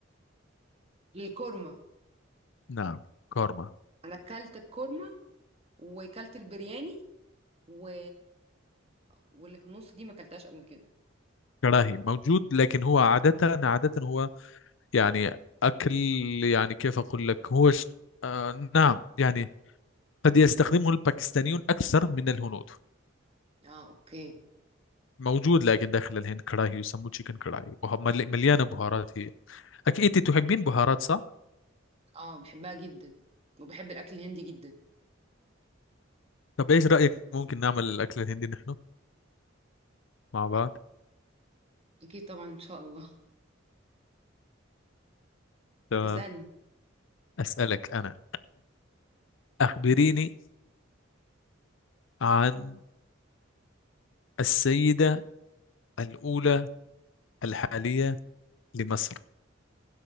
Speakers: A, on the right; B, on the left.
A: الكورمة
B: نعم قورمة
A: انا اكلت الكورمة وكلت البرياني و... واللي في النص دي ما اكلتهاش قبل كده
B: كراهي موجود لكن هو عادة عادة هو يعني أكل يعني كيف أقول لك هو ش... آه نعم يعني قد يستخدمه الباكستانيون أكثر من الهنود
A: اه اوكي
B: موجود لكن داخل الهند كراهي يسموه تشيكن كراهي وه- مل- مليانة بهارات هي أكيد أنت تحبين بهارات صح؟
A: اه بحبها جدا وبحب الاكل الهندي جدا
B: طب إيش رأيك ممكن نعمل الأكل الهندي نحن مع بعض؟
A: اكيد طبعا ان شاء الله
B: تمام
A: اسالني
B: أسألك أنا أخبريني عن السيدة الأولى الحالية لمصر